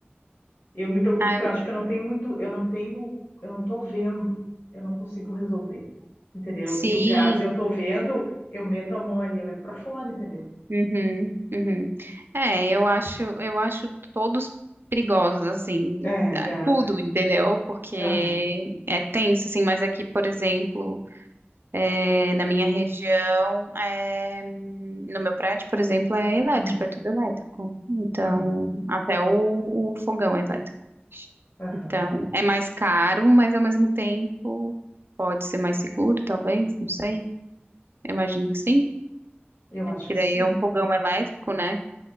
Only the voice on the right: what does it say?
Ah,
sim.
Uhum, uhum. É, eu acho, eu acho todos perigosos, assim,
tá,
tudo,
entendeu? Porque
é tenso, assim, mas aqui, por exemplo. É, na minha região, é, hum, no meu prédio, por exemplo, é elétrico,
é tudo elétrico. Então,
até o, o fogão é elétrico.
Então, é mais caro, mas ao mesmo tempo pode ser mais seguro, talvez, não sei. Eu imagino que sim.
E
daí
é o fogão elétrico, né?